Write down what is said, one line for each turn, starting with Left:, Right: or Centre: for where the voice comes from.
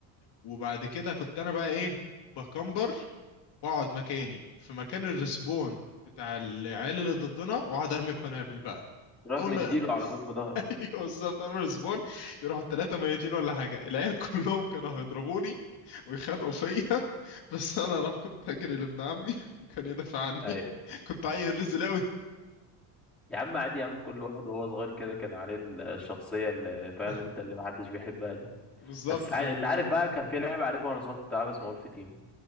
Left: وبعد كده كنت انا بقى ايه بكمبر واقعد مكاني في مكان الرسبون بتاع العيال اللي ضدنا واقعد ارمي قنابل بقى
Centre: تروح
Left: اول
Centre: مديله
Left: ما
Centre: على طول في ظهره
Left: <laughs> ايوه بالظبط عمر سبون يروحوا الثلاثه ميتين ولا حاجه العيال كلهم كانوا هيضربوني ويخانقوا فيا <laughs> بس انا راح كنت هجري لابن عمي وكان يدافع عني
Centre: ايوه
Left: <laughs> كنت عيل رزل قوي
Centre: يا عم عادي يا عم كل واحد وهو صغير كده كان عليه الشخصيه اللي
Left: <laughs>
Centre: فاهم انت اللي محدش بيحبها دي.
Left: بالظبط
Centre: بس عا-
Left: كان
Centre: انت
Left: في اللقطه
Centre: عارف بقى كان في لعبه عارفها وانا صغير كنت العبها اسمها وولف تيم